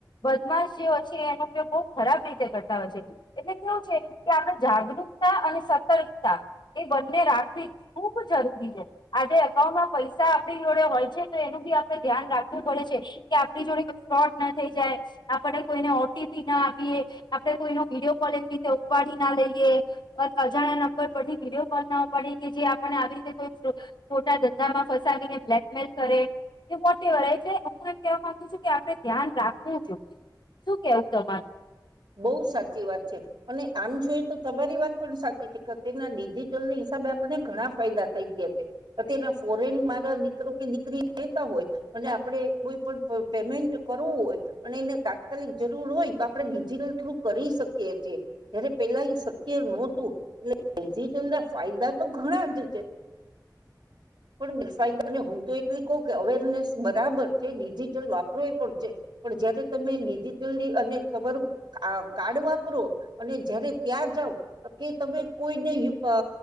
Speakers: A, on the left (about 70°); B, on the right (about 85°).
A: બદમાશ જે હોય છે એનો ઉપયોગ બહ ખરાબ રીતે કરતા હોય છે. એટલે કેવું છે કે આપડે જાગૃ તા અને સતર્કતા એ બંને રાખવી જ જરૂરી છે આજે એકકાઉન્ટમાં પૈસા આપણી જોડે હોય છે તો એનું બી આપડે ધ્યાન રાખવું પડે છે કે આપણી જોડે કો ફ્રોડ ના થઈ જાય આપડે કોઈને ઓ ટી પી ના આપીએ આપણે કોઈનો વિડીયો કોલિ રીતે ઉપાડી ના લઈએ અજાણ્યા નંબર પરથી વિડીયો કોલ ના ઉપાડીએ કે જે આપને આવી રીતે કોઈ મોટા ધંધામાં ફસાવીને બ્લેકમેલ કરે કે વોટ એવર એ હું એમ કેવા માંગુ છું કે આપણે ધ્યાન રાખવું જોઈએ શું કેવું તમા
B: બોવ સાચી વાત છે અને આમ જોઈએ તો તમારી વાત પણ સાચી છે કે અતયારના ડિજિટલની હિસાબે આપને ઘણા ફાયદા થઈ ગયા છે અતયારના ફોરેન મારા દીકરો કે દીકરી રહેેતા હોય અને આપડે કોઈ પણ પેમેન્ટ કરવું હોય અને એને તાત્કાલિક જરૂર હોય તો આપણે ડિજટલ થ્રુ કરી શકીએ છીએ જયારે પેલા એ શક્ય ન હોતું એટલે ડિજિટલ ના ફાયદા તો ઘણા જ છે. પણ ઘેર ફાયદા પણ હું તો એટલી કહું કે અવેરનેસ બરાબર છે ડિજિટલ વાપરો એ પણ છે પણ જયારે તમે ડિજિટલી અને તમારું કાર્ડ વાપરો અને જયારે ત્યાં જાવ કે તમે કોઈને અ